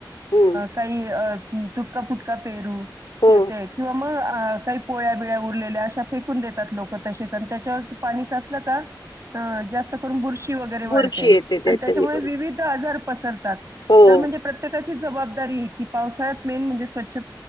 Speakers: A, on the left (about 75°); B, on the right (about 40°).
A: हं.
B: काही अ... ह तुटका फुटका पेरु
A: हो.
B: येत किंवा मग... अ काही पोळ्या बिळ्या उरलेल्या अशा फेकून देतात लोकं तसेच आणि त्याच्यावर पाणी साचलं का.... जास्त करून बुरशी... बुरशी वगैरे
A: बुरशी
B: वाढते
A: येते
B: आणि
A: त्याच्याने
B: त्याच्यामुळे
A: पण.
B: विविध आजार पसरतात... असतात
A: हो.
B: तर मग प्रत्येकाचे जबाबदारी आहे की पावसाळत मेन म्हणजे स्वच्छ.